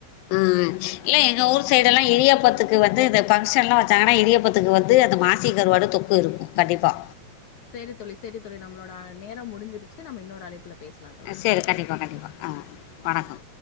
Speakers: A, on the left (about 80°); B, on the left (about 65°).
A: ம்
B: நல்லது
A: இல்ல எங்க
B: தோழி
A: ஊர்
B: நல்லது
A: சைடு
B: தோழி
A: எல்லா இடியாப்பத்துக் க்கு வந்து இந்த ஃபங்க்ஷன் எல்லா வச்சாங்கன்னா இடியாப்பத்துக்கு வந்து அந்த மாசி கருவாடு தொக்கு இருக்கு கண்டிப்பா
B: செரி தோழி செரி தோழி நம்மளோட நேரோ முடிஞ்சிருச்சு நம்ம இன்னொரு அழைப்புல பேசலா தோழி
A: ஆ
B: ம்
A: <unintelligible> ஆ வணக்கோ